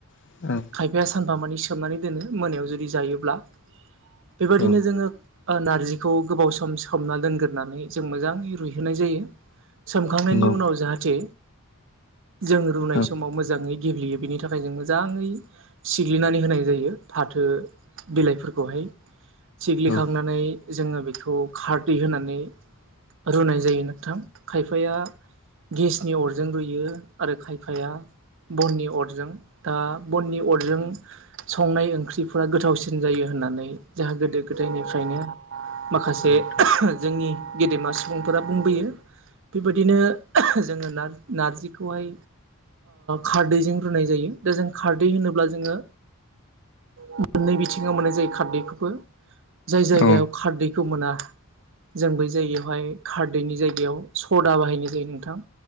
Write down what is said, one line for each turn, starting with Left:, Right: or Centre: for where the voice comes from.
Left: औ औ
Right: खायफाया सानफामानि सोमनानै दोनो मोनायाव जुदि जायोब्ला बेबायदिनो
Left: औ
Right: जोङो नार्जिखौ गोबाव सम सोमना दोनग्रोनानै जों मोजाङै रुइहोनाय जायो सोमखांनायनि
Left: नंगौ
Right: उनाव जाहाथे जों रुनाय
Left: औ
Right: समाव मोजाङै गेब्लेयो बिनि थाखाय जों मोजाङै सिग्लिनानै होनाय जायो फाथो बिलाइफोरखौहाय सिग्लिखांनानै
Left: नोंथां
Right: जोङो बेखौ खारदै होनानै रुनाय जायो नोंथां खायफाया गेसनि अरजों रुयो आरो खायफाया बननि अरजों दा बननि अरजों संनाय ओंख्रिफोरा गोथावसिन जायो होननानै जोंहा गोदो गोदायनिफ्रायनो माखासे
Left: औ नोंथां
Right: जोंनि गेदेमा सुबुंफोरा बुंबोयो बेबायदिनो जोङो न नारजिखौहाय खारदैजों रुनाय जायो दा जों खारदै होनोब्ला जोङो मोननै बिथिङाव मोननाय जायो खारदैखौबो जाय जायगायाव
Left: औ
Right: खारदैखौ मोना जों बै जायगायावहाय खारदैनि जायगायाव सदा बाहायनाय जायो नोंथां